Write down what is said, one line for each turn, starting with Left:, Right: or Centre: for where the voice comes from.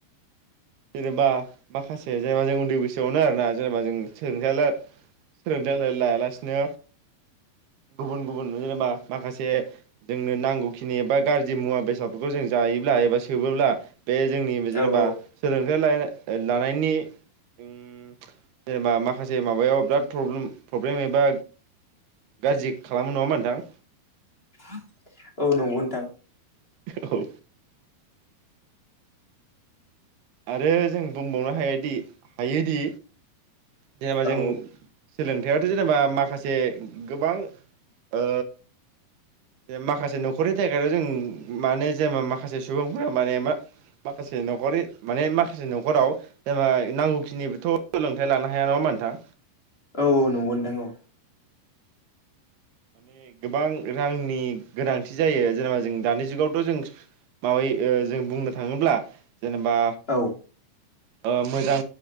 Right: जेनेबा माखासे जेनेबा जों उन्दै बैसोआवनो आरोना जेनेबा जों सोंलोंथायानो सोलोंथाय ल-लायालासिनो गुबुन-गुबुन जेनेबा माखासे जोंनो नांगौखिनि एबा गाज्रि मुवा बेसादफोरखौ जों जायोब्ला एबा सोबोब्ला बे जोंनि जेनेबा
Left: औ औ
Right: सोलोंथाइ ला-लानायनि उम जेनेबा माखासे माबायाव बिराद प्रब्ले-प्रब्लेम एबा गाज्रि खालामो नङामा नोंथां।
Left: <inaudible> औ नंगौ नोंथां।
Right: औ। आरो जों बुंबावनो हायादि हायोदि जेनेबा
Left: औ
Right: जों सोलोंथायाथ' जेनेबा माखासे जे गोबां ओ माखासे न'खरनि जायगा जों माने जेनेबा माखासे सुबुंफोरा माने मा माखासे न'खरि माने माखासे न'खराव जेनेबा नांगौखिनिबोथ' सोलोंथाइ लानो हाया नाङामबा नोंथां।
Left: औ-औ नंगौनो दां औ।
Right: माने गोबां रांनि गोनांथि जायो जेनेबा जों दानि जुगावथ' जों माबाय जों बुंनो थाङोब्ला जेनेबा
Left: औ
Right: ओ मोजां